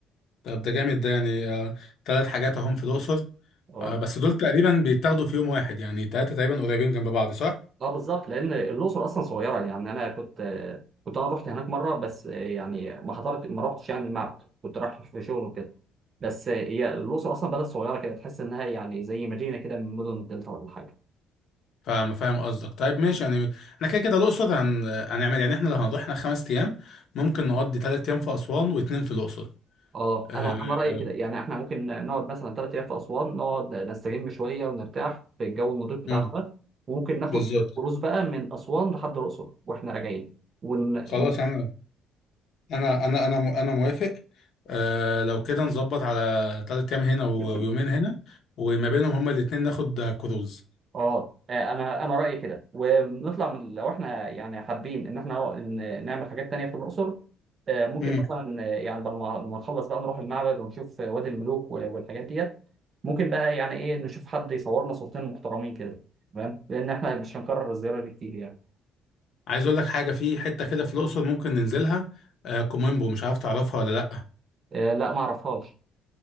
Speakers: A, on the left (about 65°); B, on the right (about 45°).
A: طب ده جامد ده يعني آه، تلات حاجات أهم في الأقصر
B: اه
A: آه، بس دول تقريبا بيتاخدوا في يوم واحد يعني تلاتة تقريبا قريبين جنب بعض صح؟
B: اه بالظبط لان الاقصر اصلا صغيره يعني انا كنت آه، كنت انا رحت هناك مره بس آه، يعني ما حضرت ما رحتش يعني المعبد كنت رايح في شغل وكده بس آه، هي الاقصر اصلا بلد صغيره كده تحس انها يعني زي مدينه كده من مدن الدلتا ولا حاجه
A: فاهم فاهم قصدك طيب ماشي يعني احنا كده كده الأقصر هن... هنعمل يعني احنا لو هنروح هناك خمس أيام ممكن نقضي تلات أيام في أسوان واتنين في الأقصر
B: اه
A: آه...
B: انا انا رايي كده يعني احنا ممكن نقعد مثلا ثلاث ايام في اسوان نقعد نستجم شويه ونرتاح في الجو النضيف بتاعها
A: مم،
B: ده وممكن ناخد
A: بالظبط
B: كروز بقى من اسوان لحد الاقصر واحنا راجعين ون...
A: خلاص أنا انا انا انا مو- انا موافق آه لو كده نظبط على تلات ايام هنا و-
B: <laughs>
A: ويومين هنا وما بينهم هما الاتنين ناخد آه، كروز
B: اه آه، انا انا رايي كده ونطلع من لو احنا يعني حابين ان احنا ن- نعمل حاجات تانية في الاقصر آه، ممكن
A: امم
B: مثلا آه، يعني بعد ما ما نخلص بقى نروح المعبد ونشوف وادي الملوك و- والحاجات ديت ممكن بقى يعني ايه نشوف حد يصورنا صورتين محترمين كده تمام لان احنا مش هنكرر الزياره دي كتير يعني
A: عايز اقول لك حاجه في حته كده في الاقصر ممكن ننزلها آه كوميمبو مش عارف تعرفها ولا لا
B: آه، لا ما اعرفهاش